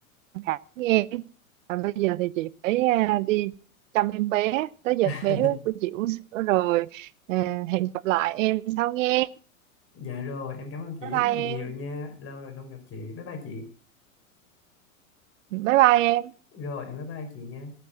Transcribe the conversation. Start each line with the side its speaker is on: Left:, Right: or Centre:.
Right: tham khảo nghe và bây giờ thì chị phải à, đi chăm em bé tới giờ
Left: <laughs>
Right: bé của chị uống sữa rồi à, hẹn gặp lại em sau nghe
Left: Dạ rồi, em cảm ơn chị
Right: bye bye
Left: rất là nhiều
Right: em
Left: nha. Lâu rồi không gặp chị. Bye bye chị.
Right: bye bye em
Left: Rồi, em bye bye chị nha.